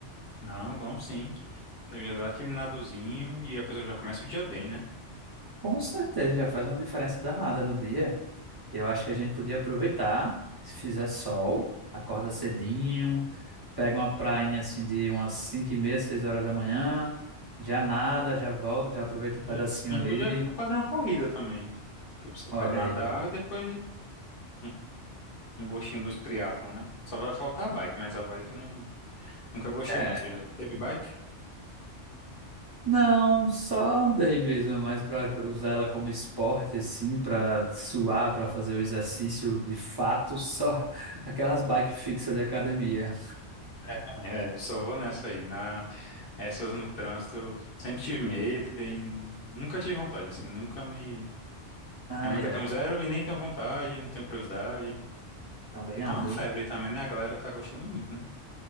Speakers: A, on the left; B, on the right.
A: Não, vamos sim. Então já dá aquele nadozinho e a pessoa já começa o dia bem, né?
B: Com certeza, já faz uma diferença danada no dia. Eu acho que a gente podia aproveitar. Se fizer sol, acorda cedinho, pega uma prainha assim de umas 5 e meia, 6 horas da manhã. Já nada, já volta, já aproveita um pedacinho
A: Isso. A
B: ali.
A: gente podia fazer uma corrida também. Que a pessoa
B: Olha
A: fa- nadar
B: aí. ó.
A: e depois um, um gostinho do triatlon, né? Só vai faltar a bike, mas a bike eu não, nunca gostei,
B: É,
A: não. Você já teve bike?
B: Não, só andei mesmo, é mais para usar ela como esporte, assim, para suar, para fazer o exercício de fato, só <laughs> aquelas bike fixas de academia.
A: É, também. é, só vou nessa aí. Na, Essas no trânsito eu sempre tive medo e nunca tive vontade, assim, nunca me.
B: Ah,
A: É uma
B: é.
A: que eu tenho zero e nem tenho vontade, não tenho curiosidade.
B: Também
A: Porque
B: não,
A: tá uma
B: viu?
A: febre também, né? A galera tá gostando muito, né?